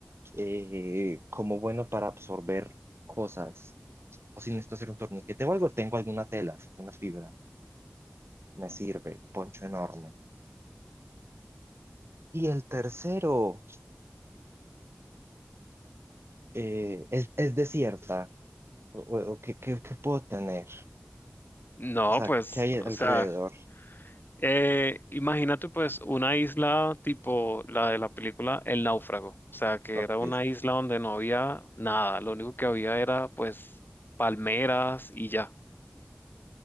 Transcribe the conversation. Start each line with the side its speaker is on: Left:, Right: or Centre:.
Right: eh, como bueno para absorber cosas. O si necesito hacer un torniquete o algo, tengo alguna tela, una fibra, me sirve, poncho enorme. Y el tercero. eh, es, es desierta? ¿O, o- o qué, qué- qué puedo tener?
Left: No,
Right: O sea,
Left: pues,
Right: ¿qué hay alrededor?
Left: o sea, eh, imagínate pues una isla tipo la de la película El Náufrago, o sea, que
Right: Ok,
Left: era una
Right: ok,
Left: isla donde no había nada, lo único que había era pues palmeras y ya.